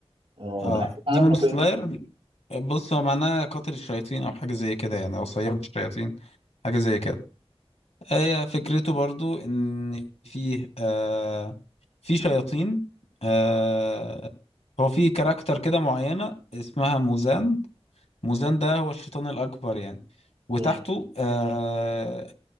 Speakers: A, on the right (about 55°); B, on the left (about 80°).
A: اه
B: اه
A: احكي لي
B: ديمون
A: عنه
B: سلاير
A: كده
B: بص هو معناه قاتل الشياطين او حاجة زي كده يعني او صياد الشياطين حاجة زي كده هي فكرته برضو ان فيه آه في شياطين آه هو في كاركتر كده معينة اسمها موزان موزان ده هو الشيطان الأكبر يعني وتحته
A: امم
B: آه